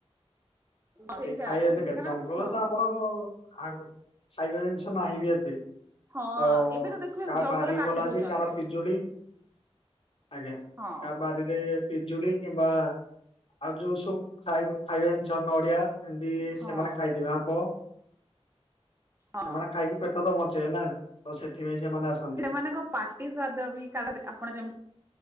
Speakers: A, on the right; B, on the left.
A: ସେଇଟା
B: ସେ ଖାଇବେ କେତେ
A: କାରଣ
B: ଜଙ୍ଗଲ
A: ହଁ
B: ତ ଆମର ଆଗୁରୁ ଖାଇବା ଜିନିଷ ନାହିଁ ବି ଏତେ।
A: ହଁ
B: ତ
A: ଏବେ ତ ଦେଖିବେ
B: କା
A: ଜଙ୍ଗଲ
B: ବାରି
A: କାଟି
B: ଭଲ
A: ଦଉଛନ୍ତି।
B: ଅଛି କାର ପିଜୁଳି। ଆଜ୍ଞା
A: ହଁ
B: କା ବାରିରେ ପିଜୁଳି କିମ୍ବା ଆଉ ଯୋଉ ସୋବୁ ଖାଇବା ଖାଇବା ଜିନିଷ ନଡିଆ ଏମିତି
A: ହଁ
B: ସେମାନେ ଖାଇଦେବେ ଆମ୍ବ। ତ
A: ହଁ।
B: ସେମାନେ ଖାଇକି ପେଟତ ବଞ୍ଚେଇବେ ନା ତ ସେଥିପାଇଁ ସେମାନେ ଆସନ୍ତି।
A: ତାଙ୍କ ପାଟ୍ ଇଏ ଦାଟ ଦ ଉଇକ ତାଦେହରେ ଆପଣ ଯାଉଛନ୍ତି।